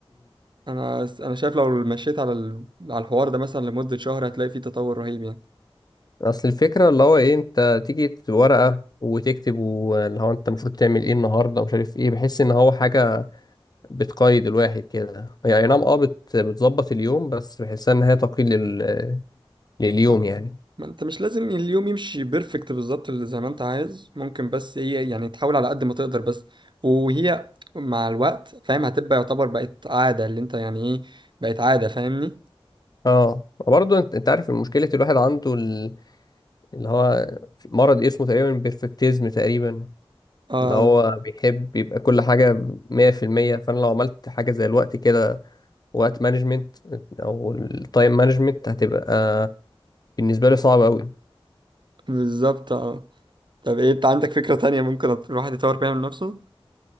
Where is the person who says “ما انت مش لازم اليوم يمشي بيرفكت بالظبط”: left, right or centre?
Right